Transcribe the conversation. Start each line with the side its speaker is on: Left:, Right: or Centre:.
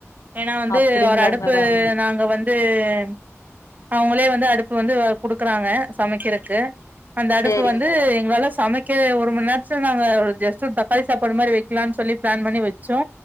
Right: ஏன்னா வந்து
Left: அப்டிங்களா
Right: ஒரு அடுப்பு
Left: மேடம்
Right: நாங்க வந் து ம் அவுங்களே வந்து அடுப்பு வந்து குடுக்குறாங்க சமைக்கிறக்கு அந்த அடுப்பு
Left: சேரிங்க
Right: வந்து
Left: மேடம்
Right: எங்ளால சமைக் கே ஒரு மண் நேர்த்துல நாங்க ஒரு ஜஸ்ட்டு ஒரு தக்காளி சாப்பாடு மாரி வெக்லா சொல்லி பிளான் பண்ணி வெச்சோ